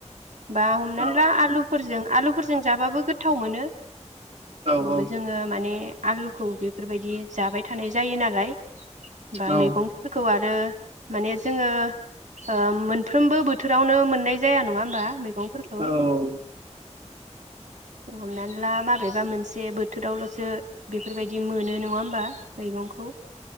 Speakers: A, on the right; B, on the right.
A: बा हमनानै
B: औ
A: ला आलुफोरजों आलु गुफुरजों जाबाबो गोथाव मोनो
B: औ
A: थेवबो जोङो माने आलुखौ बेफोरबायदि जाबाय थानाय जायो नालाय बा
B: औ
A: मैगंफोरखौ आरो माने जोङो ओ मोनफ्रोमबो बोथोरावनो मोननाय जाया नङा होमबा मैगंफोरखौ
B: औ
A: हमनानै ला माबेबा मोनसे बोथोरावल'सो बेफोरबायदि मोनो नङा होमबा मैगंखौ